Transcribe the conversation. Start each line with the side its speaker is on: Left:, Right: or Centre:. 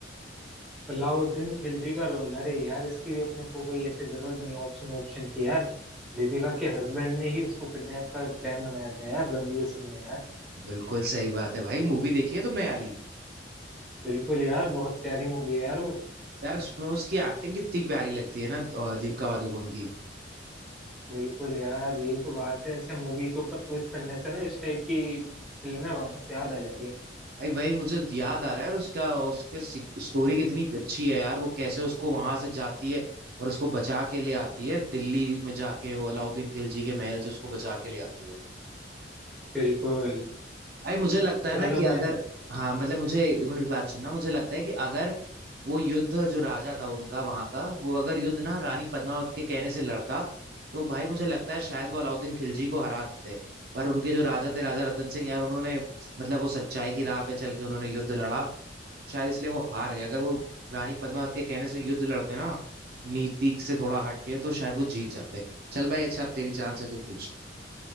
Centre: अलाउद्दीन खिलजी का रोल अरे यार इसकी भी अपने को कोई ऐसे जरूरत नहीं है ऑप्शन ऑप्शन की यार दीपिका के हस्बैंड ने ही उसको किडनैप का प्लान बनाया था यार रणवीर सिंह ने यार
Right: बिल्कुल सही बात है भाई मूवी देखी है तुमने याली
Centre: बिल्कुल यार बहुत प्यारी मूवी है यार वो
Right: यार उसमें उसकी एक्टिंग कितनी प्यारी लगती है ना अ, दीपिका पादुकोण की
Centre: बिल्कुल यार यही तो बात है ऐसे मूवी के ऊपर क्विज करने से ना इस टाइप की फिल्में वापस याद आ जाती हैं
Right: भाई भाई मुझे याद आ रहा है और उसका उसके स्टोरी कितनी अच्छी है यार वो कैसे उसको वहां से जाती है और उसको बचा के ले आती है दिल्ली में जाके वो अलाउद्दीन खिलजी के महल से उसको बचा के ले आती है
Centre: बिल्कुल
Right: भाई मुझे लगता है
Centre: चलो
Right: ना कि
Centre: मैं
Right: अगर हाँ मतलब मुझे एक मिनट बात सुनना मुझे लगता है कि अगर वो युद्ध जो राजा था उनका वहां का वो अगर युद्ध ना रानी पद्मावत के कहने से लड़ता तो भाई मुझे लगता है शायद वो अलाउद्दीन खिलजी को हरा देते पर उनके जो राजा थे राजा रतन सिंह यार उन्होंने मतलब वो सच्चाई की राह पे चल के उन्होंने युद्ध लड़ा शायद इसलिए वो हार गए अगर वो रानी पद्मावत के कहने से युद्ध लड़ते ना नीति से थोड़ा हटके तो शायद वो जीत जाते चल भाई अच्छा अब तेरी चांस है तो पूछ ले